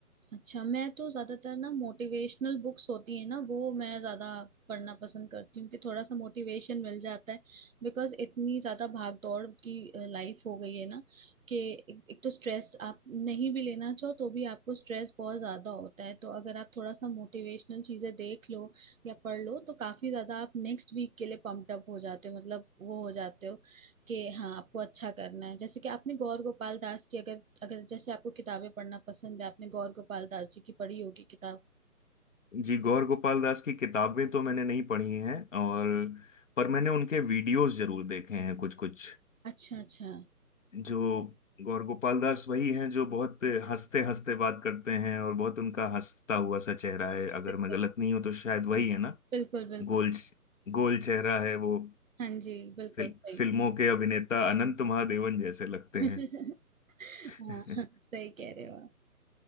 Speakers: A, on the right (about 55°); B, on the left (about 55°).
A: अच्छा मैं तो ज्यादातर ना मोटिवेशनल बुक्स होती है ना वो मैं ज्यादा पढ़ना पसंद करती हूँ कि थोड़ा सा मोटिवेशन मिल जाता है बिकॉज इतनी ज्यादा भाग दौड़ की लाइफ हो गई है ना कि एक, एक तो स्ट्रेस आप नहीं भी लेना चाहो तो भी आपको स्ट्रेस बहुत ज्यादा होता है तो अगर आप थोड़ा सा मोटिवेशनल चीजें देख लो या पढ़ लो तो काफी ज्यादा आप नेक्स्ट वीक के लिए पम्प्ड अप हो जाते हो मतलब वो हो जाते हो कि हाँ आपको अच्छा करना है जैसे कि आपने गौर गोपाल दास की अगर अगर जैसे आपको किताबें पढ़ना पसंद है आपने गौर गोपाल दास जी की पढ़ी होगी किताब
B: जी गौर गोपाल दास की किताबें तो मैंने नहीं पढ़ी हैं और पर मैंने उनके वीडियोस जरूर देखे हैं कुछ कुछ
A: अच्छा अच्छा
B: जो गौर गोपाल दास वही हैं जो बहुत हंसते हंसते बात करते हैं और बहुत उनका हंसता हुआ सा चेहरा है अगर
A: बिल्कुल
B: मैं गलत नहीं हूं तो शायद वही है ना
A: बिल्कुल बिल्कुल
B: गोल गोल चेहरा है वो
A: हाँ जी बिल्कुल
B: फिल,
A: सही
B: फिल्मों के अभिनेता अनंत महादेवन जैसे लगते
A: <laughs>
B: हैं
A: हाँ
B: <laughs>
A: सही कह रहे हो आप